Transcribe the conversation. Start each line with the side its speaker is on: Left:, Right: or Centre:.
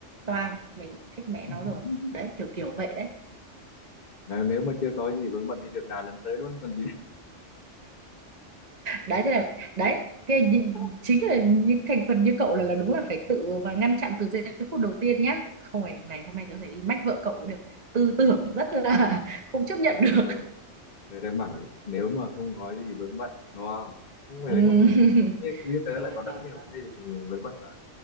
Right: toang mình thích mẹ
Left: Ừ.
Right: nó rồi
Left: <laughs>
Right: đấy kiểu kiểu vậy đấy
Left: Nếu, nếu mà chưa có gì vướng bận thì được đà lần tới luôn chứ còn gì.
Right: đấy thế là đấy thế là nhìn-
Left: <laughs>
Right: chính là những thành phần như cậu là là đúng là phải tự và ngăn chặn từ giây phút đầu tiên nhá không phải này hôm nay tớ phải đi mách vợ cậu mới được tư tưởng rất là <laughs> không chấp nhận được
Left: Ờ,
Right: <laughs>
Left: Tớ đang bảo nếu mà không có gì vướng bận đúng không? Không phải
Right: Ừ.
Left: là không đấy. Như, như tớ
Right: rồi
Left: là có
Right: rồi
Left: rất nhiều
Right: rồi
Left: vấn đề về vướng bận rồi.